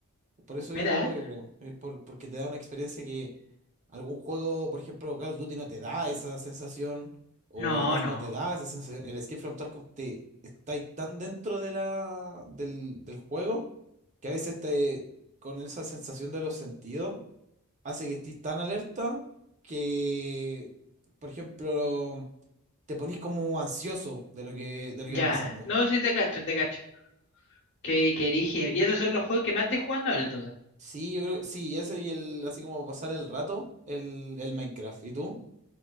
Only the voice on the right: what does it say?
Por eso yo
lo juego, yo creo. Es por, porque te da una experiencia que algún juego, por ejemplo, Call of Duty no te da esa sensación, o
el Rust
no te da esa sensación. El Escape from Tarkov te está ahí tan dentro de la, del, del juego que a veces te, con esa sensación de los sentidos, hace que estés tan alerta que, por ejemplo, te ponís como ansioso de lo que, de lo
que va pasando.
Sí, yo creo, sí, ese y el, así como para pasar el rato, el, el Minecraft. ¿Y tú?